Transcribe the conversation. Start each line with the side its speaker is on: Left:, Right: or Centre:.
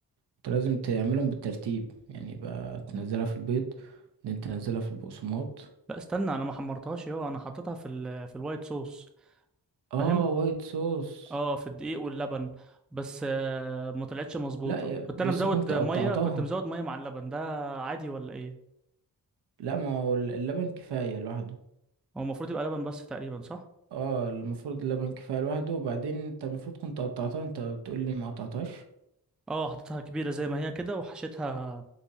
Right: انت لازم تعملهم بالترتيب يعني يبقى تنزلها في البيض بعدين تنزلها في البقسماط
Centre: لا استنى انا ما حمرتهاش اه انا حطيتها في ال... في الوايت صوص فاهم
Right: اه وايت صوص
Centre: اه في الدقيق واللبن بس آه ما طلعتش مظبوطه
Right: لا يا-
Centre: كنت
Right: بس
Centre: انا مزود
Right: كنت
Centre: ميه
Right: قطعتها
Centre: كنت مزود ميه مع اللبن ده عادي ولا ايه
Right: لا ما هو اللبن كفاية لوحده
Centre: هو المفروض يبقى لبن بس تقريبا صح
Right: اه المفروض اللبن كفاية لوحده وبعدين انت المفروض كنت قطعتها انت بتقول لي ما قطعتهاش
Centre: اه حطيتها كبيره زي ما هي كده وحشيتها